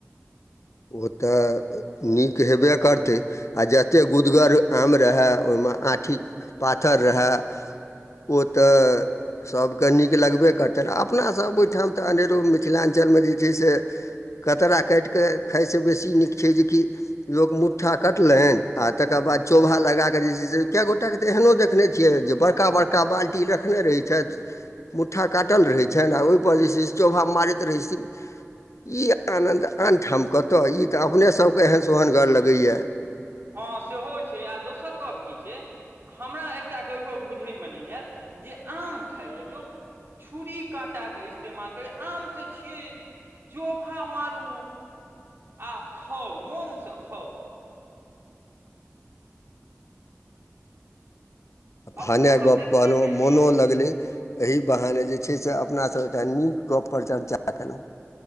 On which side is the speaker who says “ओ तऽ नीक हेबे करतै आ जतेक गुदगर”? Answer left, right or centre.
Left